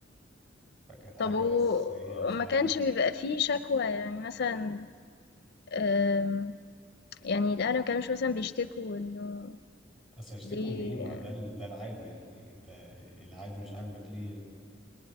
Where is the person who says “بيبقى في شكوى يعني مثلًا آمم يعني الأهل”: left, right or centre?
Left